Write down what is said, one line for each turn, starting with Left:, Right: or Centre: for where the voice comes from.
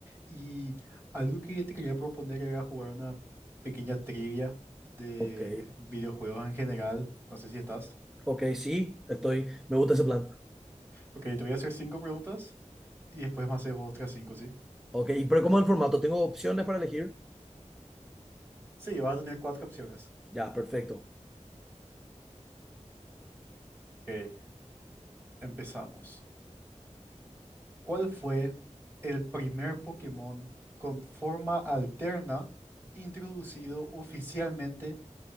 Right: Y algo que te quería proponer era jugar una pequeña trivia de
Centre: Ok,
Right: videojuegos en general. No sé si estás.
Centre: ok, sí, estoy, me gusta ese plan.
Right: Ok, te voy a hacer cinco preguntas y después me haces vos otras cinco, ¿sí?
Centre: Ok, ¿y pero cómo es el formato? ¿Tengo opciones para elegir?
Right: Sí, vas a tener cuatro opciones.
Centre: Ya, perfecto.
Right: Ok, empezamos. ¿Cuál fue el primer Pokémon con forma alterna introducido oficialmente